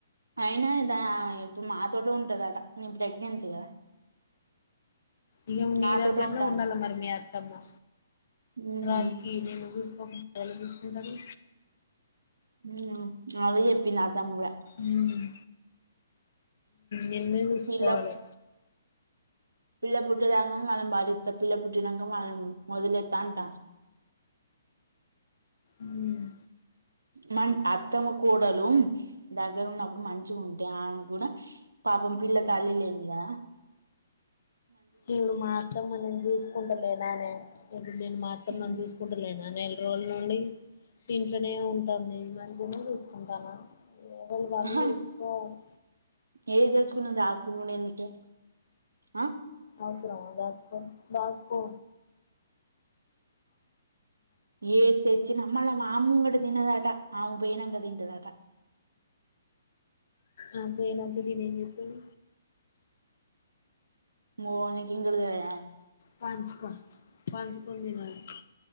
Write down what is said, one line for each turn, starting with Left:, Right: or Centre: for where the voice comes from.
Right: అయినా ఇదా ఇప్పుడు మాతోటె ఉంటదట నేను ప్రెగ్నెన్సీ కదా
Left: ఇగా మీ
Right: నాతోటే
Left: దగ్గర్నే
Right: ఉంటాంది
Left: ఉండాలి మరి మీ అత్తమ్మ.
Right: ఉమ్
Left: లాస్ట్కీ నేను చూసుకోకుంటె ఎవరు చూసుకుంటరు.
Right: ఉ అదే చెప్పిన్ది అత్తమ్మ కూడ
Left: ఉమ్ నిన్ను చూసుకోవాలే.
Right: పిల్ల పిల్ల పుట్టేదాక మన బాధ్యత పిల్ల పుట్టినాక మనది ఒదిలేత్త అంట.
Left: ఉమ్
Right: మన్ అత్తమ కూడలు దగ్గర ఉన్నప్పుడు మంచి ఉంటే ఆమెకు కూడ పాపం పిల్ల తల్లిలెంది గా.
Left: ఇప్పుడు మా అత్తమ్మ నేను చూసుకుంటలేదానే ఇప్పుడు నేను మా అత్తమ్మని
Right: ఉమ్
Left: నేను చూసుకుంటలేనానే. రోజు నుండి ఇంట్లనే ఉంటం మంచినే చూసుకుంటాన. ఎవల్ది వాళ్ళు
Right: ఆహా
Left: చేసుకోవాలె.
Right: ఏది తెచ్చుకున్న దచ్క్పో నీకేం ఆ
Left: అవసరమా దాస్కోన్ దాస్కో
Right: ఏది తెచ్చిన మళ్ళ మా ముంగట తినదట ఆమె పోయినంక తింటదటా.
Left: ఆమె పోయినంక తిని ఏం చెట్టావు
Right: ఓ నిక్ ఒక్కొటి తెల్వదు గానే.
Left: పంచుకో పంచుకొని తినాలి